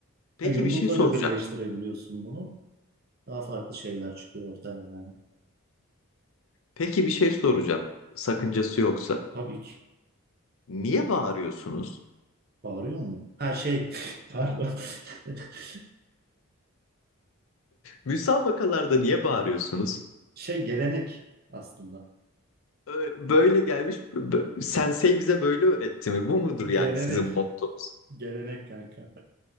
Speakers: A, on the left (about 65°); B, on the right (about 45°).
A: Peki
B: Ha, yumrukla
A: bir şey soracağım.
B: da birleştirebiliyorsun bunu. Daha farklı şeyler çıkıyor ortaya yani.
A: Peki bir şey soracağım. Sakıncası yoksa.
B: Tabii ki.
A: Niye bağırıyorsunuz?
B: Bağırıyor mu? Her şey, <laughs> pardon. <laughs>
A: Müsabakalarda niye bağırıyorsunuz?
B: Şey gelenek aslında.
A: Ö- Böyle gelmiş, b- b- sensei bize böyle öğretti mi? Bu mudur yani
B: Gelenek.
A: sizin mottonuz?
B: Gelenek kanka.